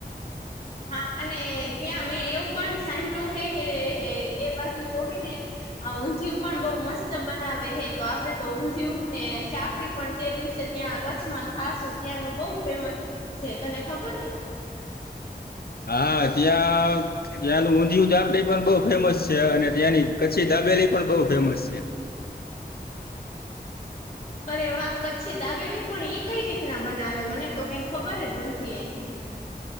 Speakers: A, on the left (about 35°); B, on the left (about 65°).
A: હા અને ત્યાં મેં એવું પણ સાંભળું હે કે એ બાજુ તો હે ને ઊંધિયું પણ બઉ મસ્ત બનાવે હે તો આપડે તો ઊંધિયું ને ચાપડી પણ તે દિવસે ત્યાં કચ્છમાં ખાસું ત્યાંનું બહ ફેમસ છે તને ખબર
B: હા એ ત્યા ત્યાંનું ઊંધિયું ચાપડી પણ બહુ ફેમસ છે અને ત્યાંની કચ્છી દાબેલી પણ બઉુ ફેમસ છે
A: અરે વા કચ્છી દાબેલી પણ એઈ કઈ રીતના બનાવે મને તો કઈ ખબર જ નથી એની